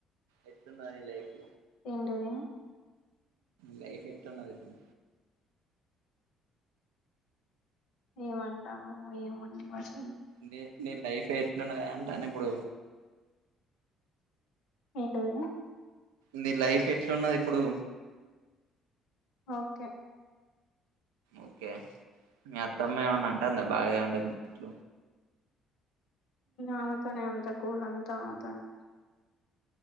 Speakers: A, on the right (about 80°); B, on the left (about 65°).
A: ఎట్టున్నది హెల్ప్
B: ఏంటది
A: లైఫ్ ఎట్ ఉన్నది ఇప్పుడు
B: ఏమంటాను ఏమో మర్స్
A: న నీ లైఫ్ ఎట్లున్నద అంట ఇప్పుడు
B: ఏంటది
A: నీ లైఫ్ ఎట్లున్నది ఇప్పుడు
B: ఓకే
A: ఓకే మీ అత్తమ్మ ఏమన్నా అంట అంద బాగా మీ ఇంట్లో
B: ఆమెతోనే అంత గోల్ అంతా ఆమెతోనే